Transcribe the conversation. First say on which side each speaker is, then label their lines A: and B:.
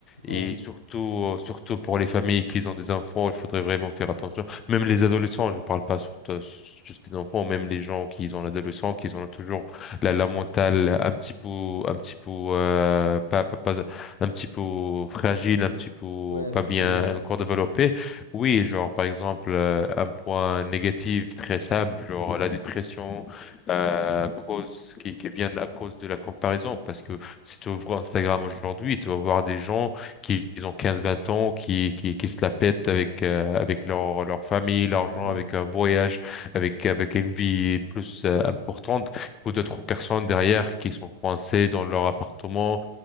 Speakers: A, on the left; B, on the left.
A: ouais,
B: Et surtout, euh, surtout pour les familles qui ont des enfants, il faudrait vraiment faire attention. Même les adolescents, je ne parle pas surtout juste des enfants, même les gens qui ont l'adolescent, qui ont toujours la, la mentale un petit peu, un petit peu, euh, pas, pas, pas- un petit peu fragile, un petit peu
A: ouais, effectivement.
B: pas bien encore développée. Oui, genre par exemple euh, un point négatif très simple, genre la dépression euh, à cause qui, qui viennent à cause de la comparaison, parce que si tu ouvres Instagram aujourd'hui, tu vas voir des gens qui ils ont 15-20 ans, qui, qui qui se la pètent avec euh, avec leur leur famille, l'argent,
A: Ouais.
B: avec un voyage, avec avec une vie plus euh, importante que d'autres personnes derrière qui sont coincées dans leur appartement